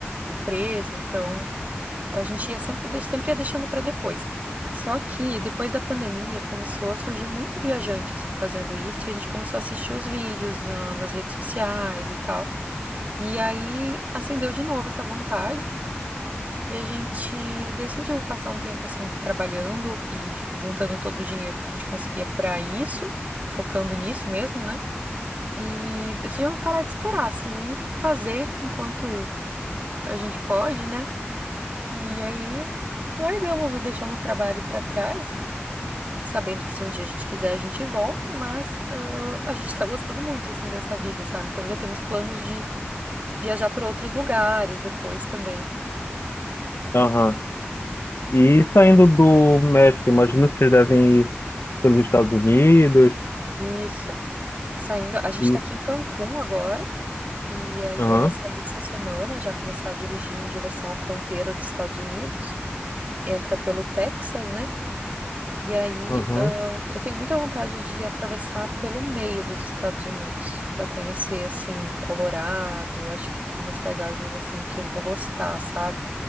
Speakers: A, on the right (about 40°); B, on the left (about 70°).
A: empresa, então a gente ia sempre, deix- sempre ia deixando para depois. Só que depois da pandemia começou a surgir muito viajante, assim, fazendo isso, e a gente começou a assistir os vídeos na- nas redes sociais e tal. E aí acendeu de novo essa vontade e a gente decidiu passar um tempo assim trabalhando e juntando todo o dinheiro que a gente conseguia pra isso, focando nisso mesmo, né? E decidimos parar de esperar assim e fazer enquanto a gente pode, né? E aí largamos, ou deixamos o trabalho pra trás, sabendo que se um dia a gente quiser a gente volta, mas ah, a gente tá gostando muito assim dessa vida, sabe? Então já temos planos de viajar por outros lugares depois também.
B: aham. E saindo do México, imagino que vocês devem ir pelos Estados Unidos.
A: Isso. Saindo, a gente
B: E,
A: tá aqui em Cancún agora e a ideia
B: aham,
A: é sair essa semana, já começar a dirigir em direção à fronteira dos Estados Unidos. Entra pelo Texas, né? E aí,
B: aham,
A: ãh, eu tenho muita vontade de atravessar pelo meio dos Estados Unidos para conhecer assim Colorado. Acho que tem umas paisagens assim que eu vou gostar, sabe?